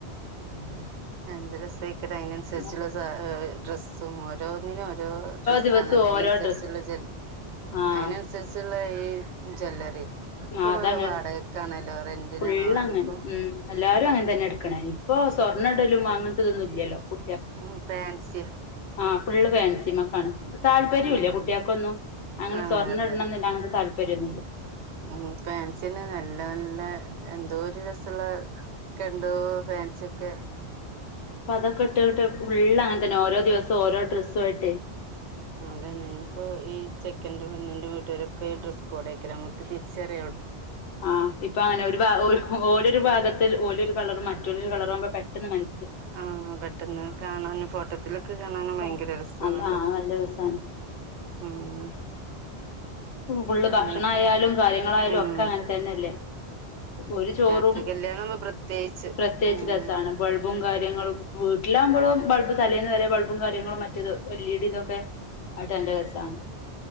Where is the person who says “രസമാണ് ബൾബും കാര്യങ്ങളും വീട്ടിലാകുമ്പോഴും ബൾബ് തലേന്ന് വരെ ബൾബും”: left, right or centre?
Left